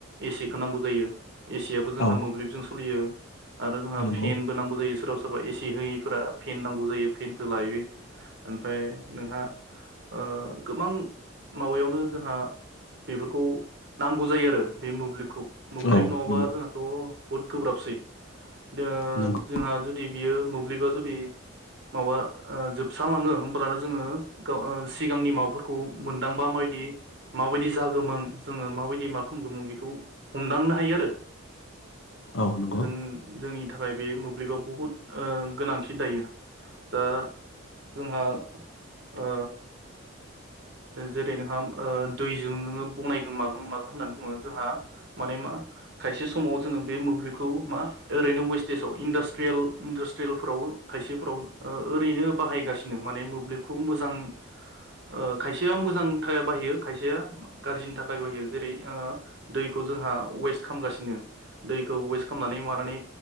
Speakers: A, on the right; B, on the left.
A: एसिखौ नांगौ जायो। एसियाबो जोंहा
B: औ
A: मोब्लिबजों सोलियो। आरो जोंहा
B: नंगौ
A: फेनबो नांगौ जायो सोराव सोर सोरबा एसि होयिफोरा फेन नांगौ जायो फेनखौ लायो ओमफ्राय जोंहा ओ गोबां माबायावनो जोंहा बेफोरखौ नांगौ जायो आरो बे मोब्लिबखौ मोब्लिब
B: औ
A: नङाबा
B: नंगौ
A: जोंहाथ' बहुट गोब्राबसै जो
B: नंगौ
A: जोंहा जुदि बियो मोब्लिबा जुदि माबा जोबस्रांलाङो होमब्लानो जोङो सिगांनि माबाफोरखौ मोनदांबा माबायदि माबायदि जागोमोन जोङो माबायदि मा खालामगमोन बेखौ हमदांनो हायो आरो
B: औ नंगौ
A: जों जोंनि निनि थाखाय बे मोब्लिबाव बुहुत गोनांथि दायो दा जोंहा ओ जेरै नोंहा ओ दैजों नोङो बनायगोन मागों मागो होननानै बुङो जोंहा माने मा खायसे समाव जोङो बे मोब्लिबखौ मा ओरैनो वेस्टेजाव इन्डास्ट्रियेल इन्डास्ट्रियेलफोराव खायसेफोराव ओरैनो बाहायगासिनो माने मोब्लिबखौ मोजां ओ खायसेया मोजां थाखाय बाहायो खायसेया गाज्रिनि थाखाय बाहायो जेरै ओ दैखौ जोंहा वेस्ट खालामगासिनो दैखौ वेस्ट खालामनानै मानानै